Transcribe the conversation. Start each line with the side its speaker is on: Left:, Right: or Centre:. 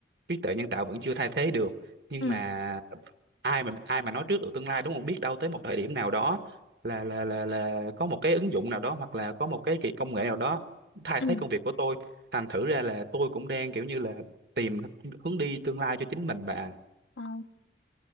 Right: trí tuệ nhân tạo vẫn chưa thay thế được nhưng
Left: ừ
Right: mà ai mà ai mà nói trước được tương lai đúng không biết đâu tới một thời điểm nào đó là là là là có một cái ứng dụng nào đó hoặc là có một cái kỳ công nghệ nào đó thay
Left: ừ
Right: thế công việc của tôi thành thử ra là tôi cũng đang kiểu như là tìm hướng đi tương lai cho chính mình bà
Left: ờ.